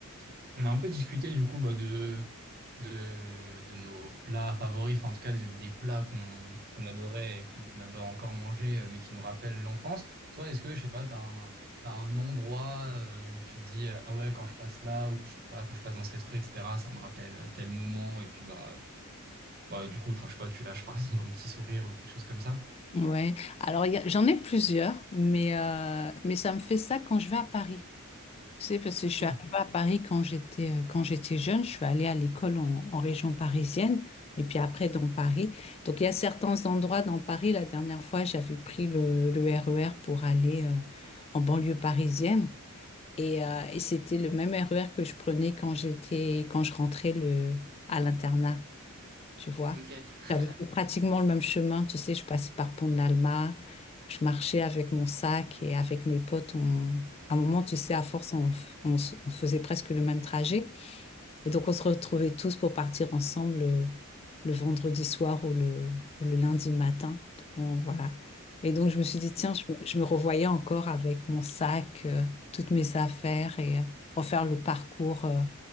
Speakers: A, on the right (about 45°); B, on the left (about 25°).
A: Ok. On a un peu discuté du coup bah, de, de, de nos plats favoris, enfin en tout cas des, des plats qu'on qu'on adorait et qu'on adore encore manger, euh, mais qui nous rappellent l'enfance. Toi, est-ce que, je sais pas, t'as un, t'as un endroit euh, où tu te dis, euh, ah ouais, quand je passe là, ou que je, sais pas, quand je passe dans cette rue, etc., ça me rappelle euh, tel moment, et puis bah, bah du coup, enfin, je sais pas, tu lâches par exemple <laughs> un petit sourire ou quelque chose comme ça.
B: Ouais, alors il y a- j'en ai plusieurs, mais, euh, mais ça me fait ça quand je vais à Paris. Tu sais, parce que je
A: Ok,
B: suis arrivée à Paris quand j'étais euh, quand j'étais jeune, je suis allée à l'école en, en région parisienne et puis après dans Paris. Donc il y a certains endroits dans Paris, la dernière fois j'avais pris le, le RER pour aller euh, en banlieue parisienne et, euh, et c'était le même RER que je prenais quand j'étais quand je rentrais le, à l'internat tu vois.
A: ok.
B: J'avais fait pratiquement le même chemin, tu sais, je passais par Pont de l'Alma, je marchais avec mon sac et avec mes potes, on... à un moment, tu sais, à force, on, f- on s- on faisait presque le même trajet. Et donc, on se retrouvait tous pour partir ensemble euh, le, vendredi soir ou le, ou le lundi matin. Donc, on- voilà. Et donc, je me suis dit, tiens, je me, je me revoyais encore avec mon sac, euh, toutes mes affaires et euh, refaire le parcours. euh,